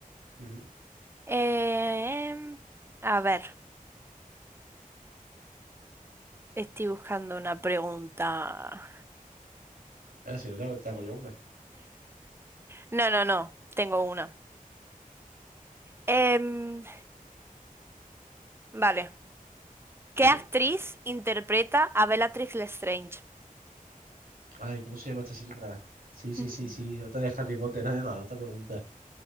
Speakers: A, on the right (about 75°); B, on the right (about 15°).
A: Ujú.
B: Em, a ver, estoy buscando una pregunta.
A: Ahora sí, te hago te hago yo una.
B: No, no, no, tengo una. Em, vale. ¿Qué
A: Dime.
B: actriz interpreta a Bellatrix Lestrange?
A: Ay, ¿cómo se llama esta señora? Sí, sí,
B: Mm.
A: sí, sí. Otra de Harry Potter, además, otra pregunta.